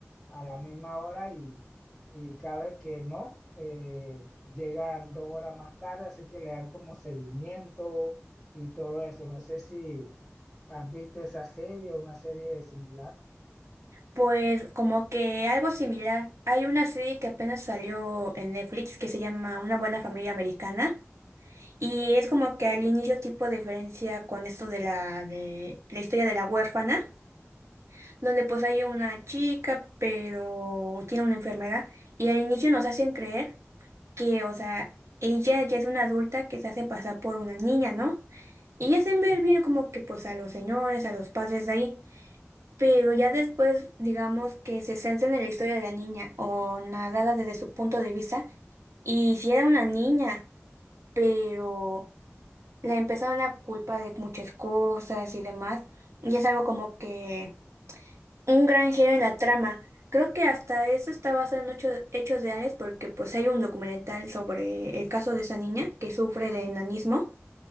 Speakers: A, in the centre; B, on the right (about 70°).
A: a la misma hora y, y cada vez que no, eh, llegan dos horas más tarde, así que le dan como seguimiento y todo eso. No sé si has visto esa serie o una serie similar.
B: Pues como que algo similar. Hay una serie que apenas salió en Netflix que se llama Una buena familia americana y es como que al inicio tipo diferencia con esto de la de la historia de la huérfana, donde pues hay una chica pero tiene una enfermedad y al inicio nos hacen creer que, o sea, ella ya es una adulta que se hace pasar por una niña, ¿no? Y hacen ver
A: Mm,
B: bien como que pues a los señores, a los padres ahí, pero ya después digamos que se centran en la historia de la niña o nada desde su punto de vista. Y si era una niña, pero la empezaron a culpar de muchas cosas y demás, y es algo como que un gran giro en la trama. Creo que hasta eso está basado en ocho- hechos reales porque pues hay un documental sobre el caso de esa niña que sufre de enanismo